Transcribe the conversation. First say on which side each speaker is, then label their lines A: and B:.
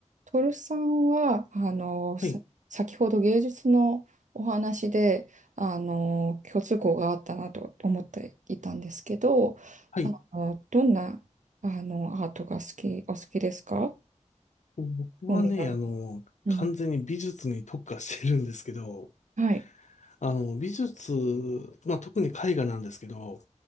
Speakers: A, on the right (about 75°); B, on the left (about 70°).
A: トルさんは、あの、さ、
B: はい、
A: 先ほど芸術のお話で、あの、共通項があったなと思っていたんですけど、
B: はい。
A: あの、どんな、あの、アートが好き、お好きですか
B: 僕はね、
A: 興味がある。
B: あの、
A: うん。
B: 完全に美術に特化してるんですけど、
A: はい。
B: あの、美術、まあ、特に絵画なんですけど、